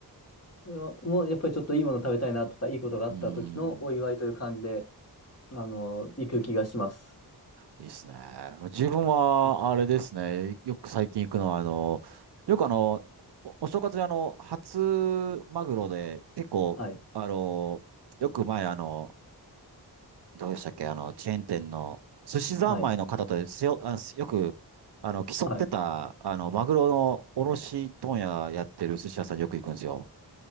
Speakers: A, on the left (about 35°); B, on the right (about 70°).
A: それはもうやっぱりちょっといいもの食べたいなとか、いいことがあった時のお祝いという感じで、
B: うん。
A: あの、行く気がします。
B: いいっすね。自分は、
A: あ
B: あれですね。よく最近行くのは、あの、よくあの、お、お正月にあの、初マグロで、結構、
A: はい。
B: あの、よく前あの、どうでしたっけ、あの、チェーン店の、寿司三昧の方とですよ、
A: はい。
B: あの、よく、あの、競ってた、
A: はい。
B: あの、マグロの卸問屋やってる寿司屋さんによく行くんですよ。